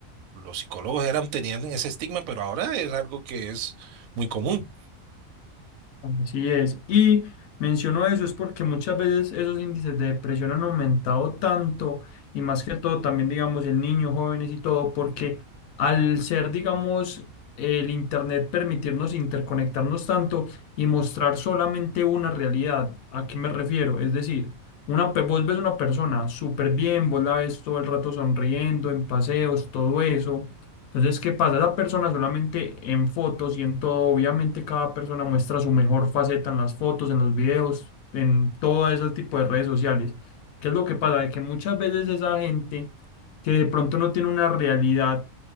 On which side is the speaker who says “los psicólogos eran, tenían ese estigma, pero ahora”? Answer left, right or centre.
Right